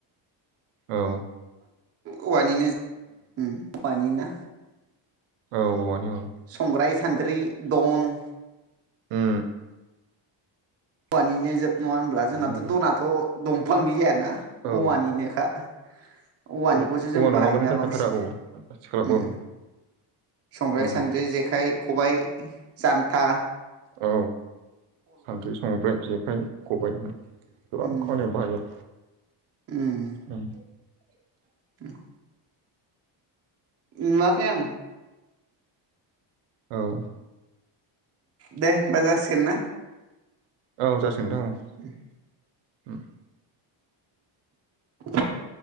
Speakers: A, on the right; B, on the right.
A: औ
B: औवानिनो उम औवानि ना
A: औ औवानि औ
B: संग्राय सान्द्रि दन
A: उम
B: औवानिनो जेब नङा होनब्ला जोंनाथ'
A: बिदिनो आरो
B: दनाथ' दंफांनि जायाना
A: औ
B: औवानिनोखा औवानिखौसो
A: औ औवा
B: जों बाहायोना
A: नङाबानो जाखाथारा
B: बांसिन
A: औ आथिखालावबो
B: उम
A: औ
B: संग्राय
A: उम
B: सान्द्रि
A: उम
B: जेखाइ खबाइ जानथा
A: औ सान्द्रि संग्राय जेखाइ खबाइ गोबां
B: उम
A: खामानियाव बाहायो।
B: उम।
A: उम
B: नुवाखै आ
A: औ।
B: दे होमबा जासिगोन ना
A: औ जासिगोन नोंथां औ।
B: <inaudible>
A: उम
B: <inaudible>